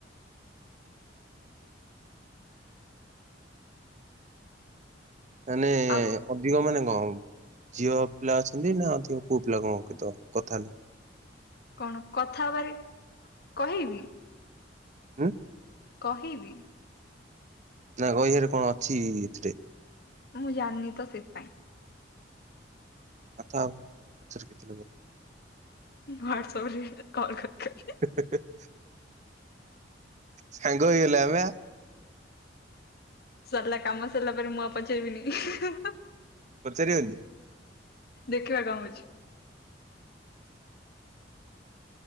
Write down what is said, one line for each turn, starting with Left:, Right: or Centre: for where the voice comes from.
Right: ମାନେ
Left: ଆଉ କ
Right: ଦିଅ ମାନେ କଣ? ଝିଅ ପିଲା ଅଛନ୍ତି ନାଧିକ ପୁଅ ପିଲା, କଣତ କଥା
Left: କଣ କଥା ହେବାରେ କହିବି?
Right: ହୁଁ।
Left: କହିବି।
Right: ନା କହି ସାରେ କଣ ଅଛି କି କିଛି?
Left: ମୁଁ ଜାଣିନି ତ ସେଥିପାଇଁ
Right: ଆଉ ଥାଉ ପଛରେ
Left: ହ୍ୱାଟସପ୍ ରେ କଲ୍ କରିଥିଲି।
Right: ସେ ସାଙ୍ଗ ହେଇଗଲେ ଆମେ
Left: ଛୁଆପିଲା କାମ ସରିଲା ପରେ ମୁଁ ଆଉ ପଚାରବିନି କି
Right: ପଚାରିବନି।
Left: ଦେଖିବା କଣ ହଉଛି?